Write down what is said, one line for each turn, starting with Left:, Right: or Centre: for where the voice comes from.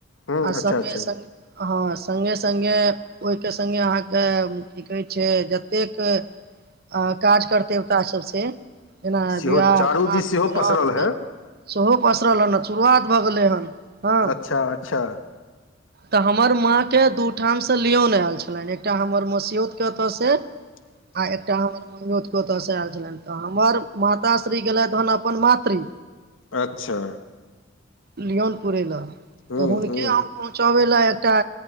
Left: हूँ
Right: आ
Left: अच्छा
Right: सगे
Left: अच्छा
Right: स हँ संगे संगे ओहिके संगे अहाँके की कहै छै जतेक आ काज करतेब ता सबसेजेना
Left: सेहो
Right: बिवाह
Left: चारू
Right: दान
Left: दिस सेहो
Right: मुड़न
Left: पसरल
Right: उ
Left: है
Right: सेहो पसरल हन शुरुआत भऽ गेलै हन हँ
Left: अच्छा अच्छा
Right: तऽ हमर माँके दू ठामसँ लियौन आयल छलनि एकटा हमर मसिसियोतके ओतऽसँ
Left: <inaudible>
Right: आ एकटा हमर ममियोतके ओतयसँ आयल छलनि तऽ हमर माताश्री गेलैथ हेन अपन मातृ
Left: अच्छा
Right: लियोन पुरय लए
Left: हूँ
Right: तऽ हुनके
Left: हूँ
Right: हम पहुँचबै लए एकटा